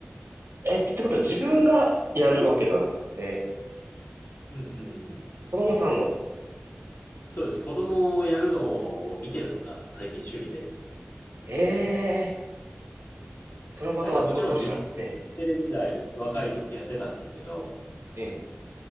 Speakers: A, on the right (about 65°); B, on the left (about 80°).
A: あえ、ってってことは自分がやるわけではなくて、
B: それうんうんうん。
A: 子供さんの。
B: そうです。子供をやるのを見てるのが最近趣味で、
A: ええそれはまた、
B: なんかもちろん自分学生時代、
A: ど、どうしたら、え
B: 若い時やってたんですけど、
A: ええ。え。